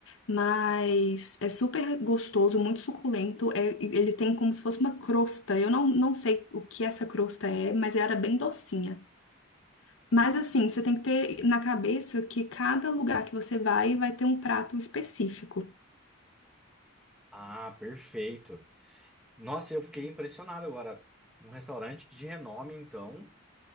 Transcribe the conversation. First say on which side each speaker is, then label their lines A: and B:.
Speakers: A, on the left; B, in the centre.
A: Mas é super gostoso, muito suculento. É, e ele tem como se fosse uma crosta. Eu não, não sei o que essa crosta é, mas era bem docinha. Mas assim, você tem que ter na cabeça que cada lugar que você vai vai ter um prato específico.
B: Ah, perfeito. Nossa, eu fiquei impressionado agora. Um restaurante de renome, então.